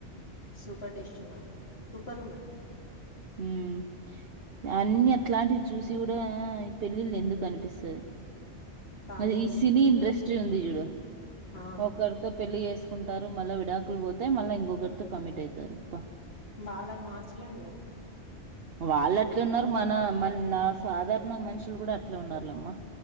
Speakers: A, on the left; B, on the right.
A: సూపర్ డెసిషన్ అవును. Super women.
B: ఉమ్ అన్ని అట్లాంటివి చూసి కూడా ఈ పెళ్ళిళ్ ఎందుకు అనిపిస్తది.
A: కానీ
B: మరీ ఈ సిని ఇండస్ట్రి ఉంది. డు
A: ఆ
B: ఒకరీతో పేల్లి చేస్ కుంటారు. మళ్ళ విడాకులు పోతే మళ్ళ ఇంకొకరితో కమిట్ అయితారు. అబ్బ
A: వాళ్ళని మార్చలేంలే
B: వాళ్ళు అట్లే ఉన్నారు. మన మనా సాధారణ మనుషులు కూడా అట్లే ఉన్నారులేమ్మా